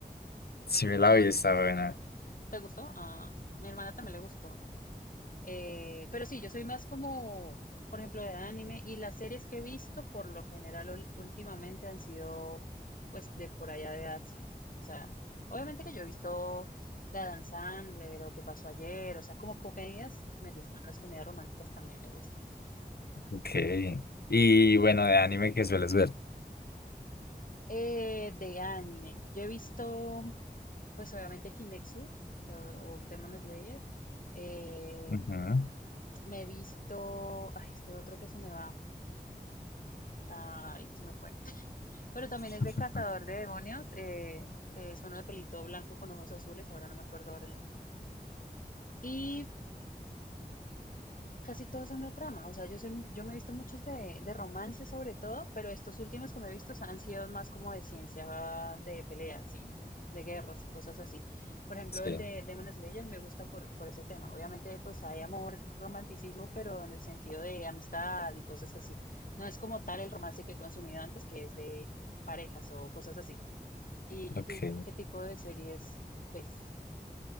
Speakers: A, on the left; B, on the left.
A: sí me
B: son,
A: la vi, está buena.
B: ¿te gustó? Ah, mi hermana también le gustó. Eh, pero sí, yo soy más como, por ejemplo, de anime y las series que he visto por lo general ul- últimamente han sido pues de por allá de Asia. O sea, obviamente que yo he visto The Adam Sandler o Qué pasó ayer, o sea, como comedias me gustan, las comedias románticas también me gustan.
A: Ok. Y bueno, de anime que sueles ver.
B: Eh, de anime, yo he visto pues obviamente Kimetsu eh, o Demon Slayer. Eh,
A: Ujú.
B: me he visto, ay, este otro que se me va, ay, se me fue. Pero también
A: <laughs>
B: es de Cazador de Demonios, eh, que es uno de pelito blanco con ojos azules, ahora no me acuerdo ahora el nombre. Y casi todos son la trama, o sea, yo, soy, yo me he visto muchos de, de romance sobre todo, pero estos últimos que me he visto han sido más como de ciencia, de peleas, sí, de guerras y cosas así. Por ejemplo,
A: Sí,
B: el de Demon Slayer me gusta por, por ese tema. Obviamente, pues hay amor, romanticismo, pero en el sentido de amistad y cosas así. No es como tal el romance que he consumido antes, que es de parejas o cosas así. ¿Y,
A: ok.
B: y tú qué tipo de series ves?